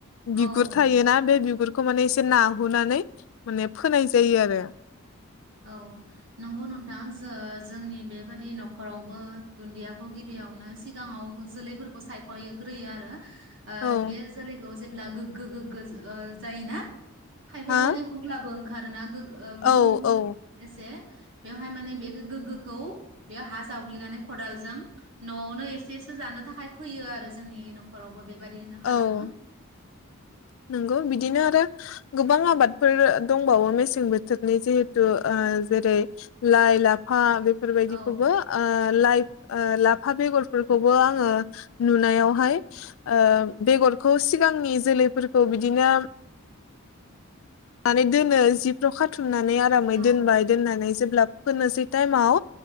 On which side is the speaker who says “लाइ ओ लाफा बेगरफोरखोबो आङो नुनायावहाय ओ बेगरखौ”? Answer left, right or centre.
Left